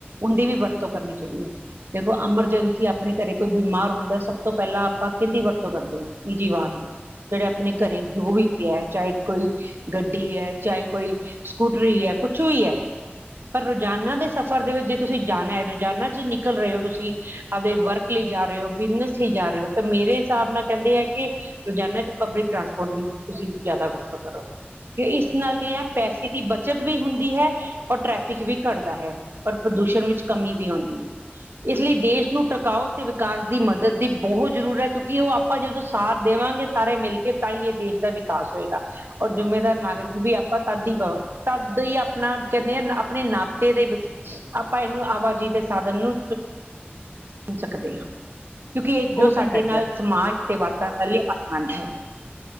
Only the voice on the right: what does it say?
ਓਨਦੀ ਵੀ ਵਰਤੋਂ ਕਰਨੀ ਚਾਈਦੀ ਐ। ਦੇਖੋ ਐਮਰਜੈਂਸੀ ਆਪਣੇ ਘਰੇ ਕੋਈ ਬੁਮਾਰ ਹੁੰਦਾ ਏ ਸਭ ਤੋਂ ਪੈਲਾਂ ਆਪਾਂ ਕੀਂਦੀ ਵਰਤੋਂ ਕਰਦੇ ਆਂ, ਈਜੀ ਵਾਨ ਦੀ‌। ਜੇੜੇ
ਘਰੇ ਜੋ ਵੀ ਐ ਚਾਏ ਕੋਈ, ਗੱਡੀ ਐ, ਚਾਏ ਕੋਈ, ਸਕੂਟਰੀ ਐ ਕੁਛ ਵੀ ਐ।
ਰੋਜ਼ਾਨਾ ਦੇ ਸਫ਼ਰ ਦੇ ਵੇ ਜੇ ਤੁਸੀਂ ਜਾਣਾ ਏ ਰੋਜ਼ਾਨਾ ਚ ਨਿਕਲ ਰਏ ਓ ਤੁਸੀਂ, ਆਵਦੇ ਵਰ ਕ ਲੀ ਜਾ ਰਏ ਓ ਬਿਜ਼ਨਸ ਲੀ ਜਾ ਰਏ ਓ ਤਾਂ ਮੇਰੇ ਹੀਸਾਬ ਨਾਲ ਕੈਂਦੇ ਆ ਕੀ ਰੋਜ਼ਾਨਾ ਚ ਪਬਲਿਕ ਟਰਾਂਸਪੋਰਟ ਦੀ, ਤੁਸੀਂ, ਜਾਦਾ ਵਰਤੋਂ ਕਰੋ, ਕੀ ਇਸ ਨਾਲ ਕੀ ਆ ਪੈਸੇ ਕੀ ਬੱਚਤ ਵੀ ਹੁੰਦੀ ਹੈ, ਔਰ ਟ੍ਰੈਫਿਕ ਵੀ ਘੱਟਦਾ ਹੈ, ਔਰ ਪ੍ਰਦੂਸ਼ਣ ਵਿੱਚ
ਕਮੀ ਵੀ ਆਉਂਦੀ ਹੈ ਇਸ ਲੀ ਦੇਸ਼ ਨੂੰ ਟ੍ਰਕਾਓ ਤੇ ਵਿਕਾਸ ਦੀ ਮਦਦ ਦੀ ਬਹੋ ਜ਼ਰੂਰ ਐ ਕਿਉਂਕੀ ਓ ਆਪਾਂ ਜਦੋਂ ਸਾਥ ਦੇਵਾਂਗੇ ਸਾਰੇ ਮਿਲ ਕੇ ਤਾਂ ਈ ਏ ਦੇਸ਼ ਦਾ ਵੀ ਕਾਸ ਹੋਏਗਾ, ਔਰ ਜ਼ਿੰਮੇਦਾਰ ਨਾਗਰਿਕ ਵੀ ਆਪਾਂ ਤਦ ਈ ਤਦ ਈ ਆਪਣਾ ਨੀ ਅ ਅਪਨੇ ਨਾਤੇ ਦੇ ਵਿਚ, ਆਪਾਂ ਏਨੂੰ ਆਵਾਜਾਈ ਦੇ ਸਾਦਨ ਨੂੰ <unintelligible> ਸਕਦੇ ਆਂ, ਕਿਉਂਕੀ ਏ ਜੋ
ਸਾਡੇ
ਨਾਲ
ਸਮਾਜ ਤੇ ਵਾਤਾਵਰਨ ਲੀ ਆਮੰਦ ਹੈ।